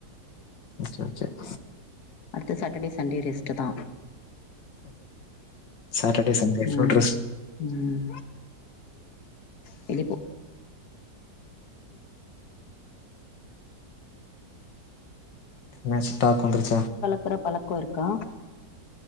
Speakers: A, on the left; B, on the left.
A: சேர் சேர்
B: அடுத்த சாட்டர்டே சண்டே ரெஸ்ட்டுதா
A: சாட்டர்டே சண்டே ஃபுல்
B: ம்
A: ரெஸ்ட்
B: ம் வெளிய போ
A: என்னாச்சு டாக் வந்துருச்சா
B: க்கிற பழக்க இருக்கா